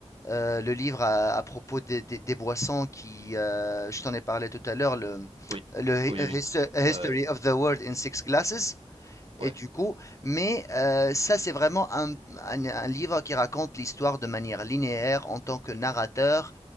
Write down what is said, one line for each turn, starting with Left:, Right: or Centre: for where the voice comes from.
Left: euh, le livre à, à propos des, des- des boissons qui, euh, je t'en ai parlé tout à l'heure, le,
Right: Oui,
Left: le Hi-
Right: oui, oui.
Left: Histo- History
Right: Euh,
Left: of the World in Six Glasses. Et
Right: Ouais,
Left: du coup, mais euh, ça, c'est vraiment un, un- un livre qui raconte l'histoire de manière linéaire en tant que narrateur